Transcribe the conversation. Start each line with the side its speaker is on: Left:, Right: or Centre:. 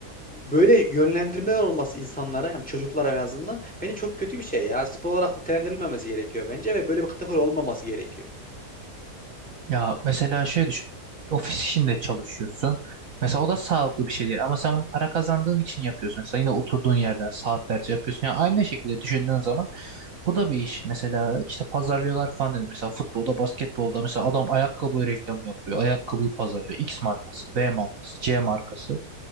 Centre: böyle yönlendirmeler olması insanlara yani çocuklara en azından bence çok kötü bir şey ya. Spor olarak nitelendirilmemesi gerekiyor bence ve böyle bir kategori olmaması gerekiyor.
Right: Ya mesela şöyle düşün. Ofis işinde çalışıyorsun. Mesela o da sağlıklı bir şey değil ama sen bunu para kazandığın için yapıyorsun. Mesela yine oturduğun yerden saatlerce yapıyorsun. Yani aynı şekilde düşündüğün zaman bu da bir iş. Mesela işte pazarlıyorlar falan dedim. Mesela futbolda, basketbolda mesela adam ayakkabı reklamı yapıyor. Ayakkabıyı pazarlıyor. X markası, B markası, C markası.